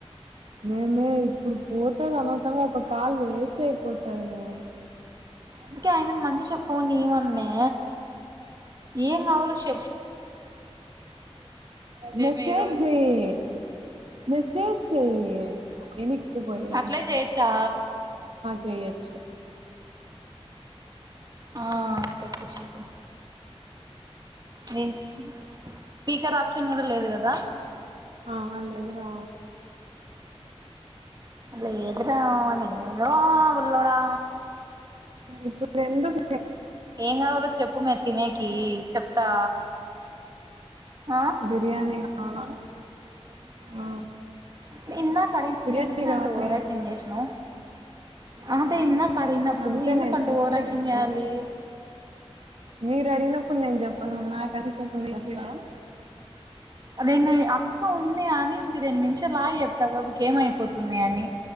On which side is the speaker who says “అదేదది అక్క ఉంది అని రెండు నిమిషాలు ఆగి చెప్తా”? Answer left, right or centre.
Right